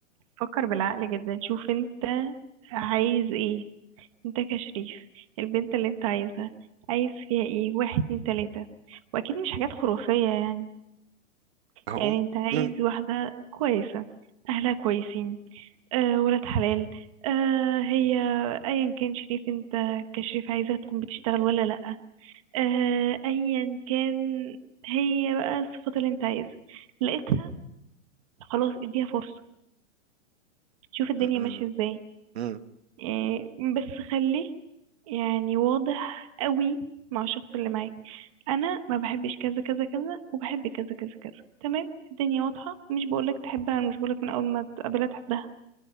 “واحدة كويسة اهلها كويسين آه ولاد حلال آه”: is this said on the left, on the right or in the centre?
Right